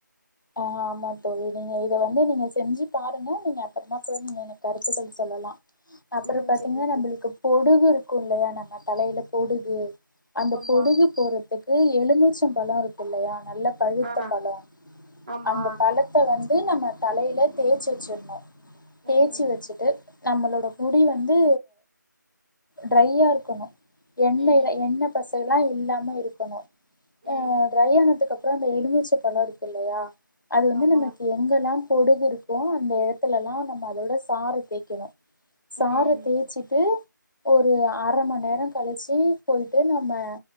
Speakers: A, on the left; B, on the right.
A: ஆ ஆமா தோழி நீங்க இத வந்து நீங்க செஞ்சு பாருங்க நீங்க அப்றமா கூட நீங்க எனக்கு கருத்துக்கள் சொல்லலா அப்பற
B: ம்
A: பாத்தீங்கனா
B: சரி
A: நம்முளுக்கு பொடுகு க்கு இல்லயா நம்ம தலைல பொடுகு அந்த
B: ஆமா
A: பொடுகு போறத்து இது எலும்பிச்சபழருக்கு இல்லயா நல்ல பழுத்த
B: ஆ
A: பழம்
B: ஆமா
A: அந்த பழத்த வந்து இதை நம்ம தலையில தேய்ச்சு வெச்சிடணு தேச்சு
B: ம்
A: வெச்சுட்டு நம்மளோட முடி வந்து டிரையா இருக்கணு எண்ணெய்ல
B: ம்
A: எண்ணெய் பச ல்லா இல்லாம இருக்கணு ஆஹ்
B: ம்
A: டிரையானத்துக்குப் புறோ அந்த எலுமிச்ச பலம் இருக்கு இல்லையா அது வந்து
B: ஆமா
A: நமக்கு எங்கெல்லாம் பொடுகு இருக்கோ அந்த இடத்துலெல்லா நம்ம அதோட சாற தேய்கணு சாற
B: ம்
A: தேய்ச்சிட்டு ஒரு அரை மணி நேரம் கழிச்சு போயிட்டு நம்ம